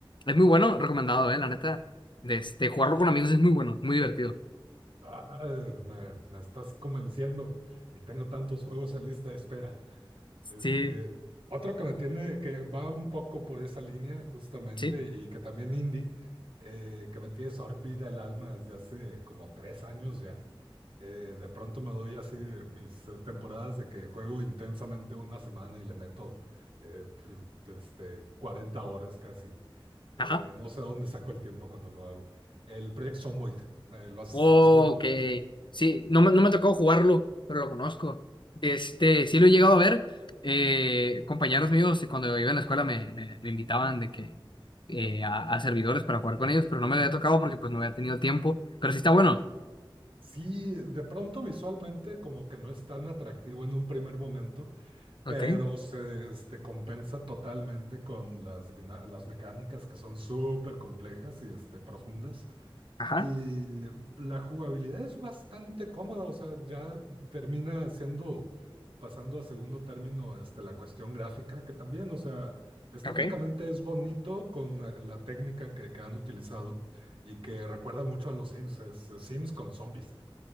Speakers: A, on the left; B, on the right.
A: Es muy bueno, recomendado, eh, la neta. De este, jugarlo con amigos es muy bueno, muy divertido.
B: Ah, me, me estás convenciendo y tengo tantos juegos en lista de espera. Este,
A: Sí,
B: otro que me tiene, que va un poco por esa línea justamente
A: sí.
B: y que también indie, eh, que me tiene sorbida el alma desde hace como tres años ya. Eh, de pronto me doy así mis eh, temporadas de que juego intensamente una semana y le meto eh, pf, este, 40 horas casi. Eh,
A: Ajá.
B: no sé dónde saco el tiempo cuando lo hago. El Project Zomboid, eh, ¿lo has,
A: Oh,
B: lo has jugado?
A: Ok. Sí, no me, no me ha tocado jugarlo, pero lo conozco. Este, sí lo he llegado a ver. Eh, compañeros míos, cuando iba en la escuela me, me- me invitaban de que eh, a, a servidores para jugar con ellos, pero no me había tocado porque pues no había tenido tiempo. Pero sí está bueno.
B: Sí, de pronto visualmente como que no es tan atractivo en un primer momento,
A: Ok,
B: pero se este, compensa totalmente con las, dina- las mecánicas que son súper complejas y este, profundas.
A: Ajá.
B: Y la jugabilidad es bastante cómoda, o sea, ya termina siendo, pasando a segundo término, este, la cuestión gráfica, que también, o sea, estéticamente
A: ok.
B: es bonito con eh, la técnica que, que han utilizado y que recuerda mucho a los Sims, es eh, Sims con zombies.